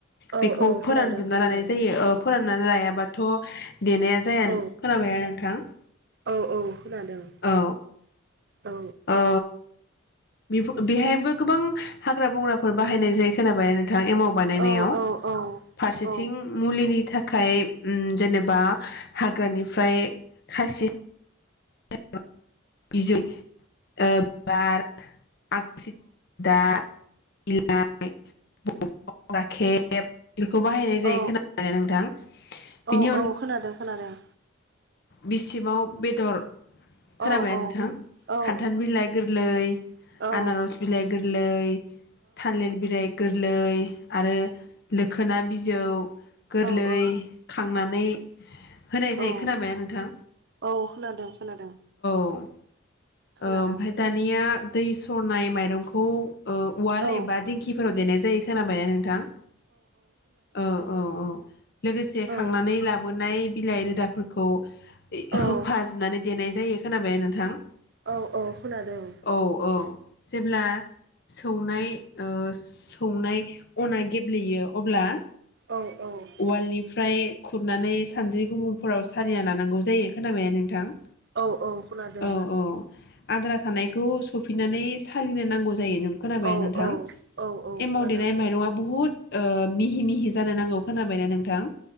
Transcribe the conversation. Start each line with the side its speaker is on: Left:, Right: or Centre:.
Right: औ
Left: बेखौ
Right: औ
Left: फोरानजोबना
Right: खोनादों खोनादों
Left: लानाय जायो ओ फोराननानै लायाबाथ' देनाया जाया
Right: औ
Left: खोनाबायना नोंथां
Right: औ औ खोनादों
Left: औ
Right: औ
Left: ओ बेफो बेहायबो गोबां हाग्रा बंग्राफोर बाहायनाय जायो खोनाबायना नों थां एमाव बानायनायाव
Right: औ औ औ औ
Left: फारसेथिं
Right: औ
Left: मुलि‌ नि थाखाय अम जेनेबा हाग्रानिफ्राय खासि <unintelligible> बिजै ओ बिबार आखसि दा बिलाइ <unintelligible> खेब बेफोरखौ बाहायनाय
Right: औ
Left: जायो खोना <unintelligible> नोंथां बेनि
Right: औ
Left: अनगाय
Right: औ खोनादों खोनादों।
Left: बिसिबाव बेदर
Right: औ
Left: खोनाबायना
Right: औ औ
Left: नोंथां
Right: औ
Left: खान्थाल बिलाइ गोरलै
Right: औ
Left: आनारस बिलाइ गोरलै थालिर बिलाइ गोरलै आरो लोखोना बिज जौ गोरलै
Right: औ
Left: खांनानै होनाय जायो
Right: औ
Left: खोनाबाया ना नों
Right: औ खोनादों खोनादों।
Left: बुं
Right: खोनादों
Left: ओमफाय दानिया दै सरनाय माइरंखौ ओ उवाल
Right: औ
Left: एबा दिंखि फोराव देनाय जायो खोनाबायना नोंथां। औ औ औ लोगोसे
Right: औ
Left: खांनानै लाबोनाय बिलाइ रोदाफोरखौ ए
Right: औ
Left: होफाजनानै देनाय जायो। खोनाबायना नोंथां।
Right: औ औ खोनादों।
Left: औ औ जेब्ला सौनाय ओ सौनाय अना गेब्लेयो अब्ला
Right: औ औ
Left: उवालनिफ्राय खुरनानै सानद्रि गुबुंफोराव सालिना लानांगौ जायो खोनाबायना नोंथां।
Right: औ औ खोनादों।
Left: औ औ आद्रा थानायखौ सफैनानै सालिनो नांग गौ जायो नों खोनाबायना
Right: औ
Left: नोंथां
Right: औ औ औ
Left: एमाव
Right: खोनादों
Left: देनाय माइरंआ बुहुद ओ मिहि मिहि जानो नांगौ। खोनाबायना नोंथां।